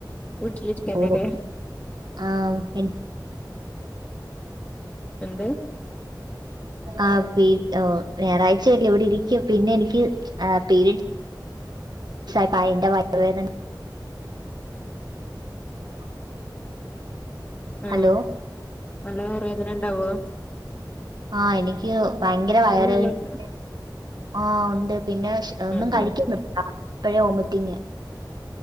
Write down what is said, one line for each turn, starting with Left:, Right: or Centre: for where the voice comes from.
Left: വീട്ടിലിരിക്കന്നല്ലേ
Right: ഓ ആഹ എ
Left: എന്ത്
Right: ആ പി ഓ ഞായറാഴ്ച അല്ലെ ഇവിടെ ഇരിക്കും പിന്നെ എനിക്ക് പിരീഡ്സ് ആയപ്പ അതിന്റെ വയർവേദന <unintelligible>
Left: ആ
Right: ഹലോ
Left: നല്ല വയർ വേദന ഉണ്ടാവേ
Right: ആഹ് എനിക്ക് ഭയങ്കര വയർ
Left: നല്ല
Right: വേദന
Left: ഉണ്ടോ
Right: ആഹ് ഉണ്ട് പിന്നെ ഒന്നും
Left: ആഹ്
Right: കഴിക്കാൻ
Left: ആഹ്
Right: പറ്റില്ല അപ്പോഴ ഓമിറ്റിങ്